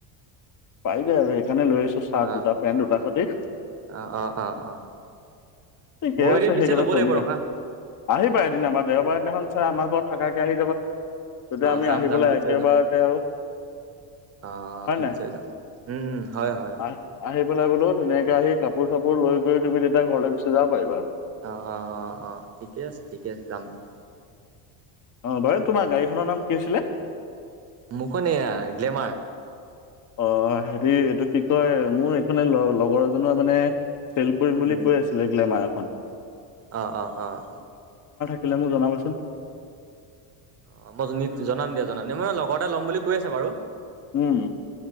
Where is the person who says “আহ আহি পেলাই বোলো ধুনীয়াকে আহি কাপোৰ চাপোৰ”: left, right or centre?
Left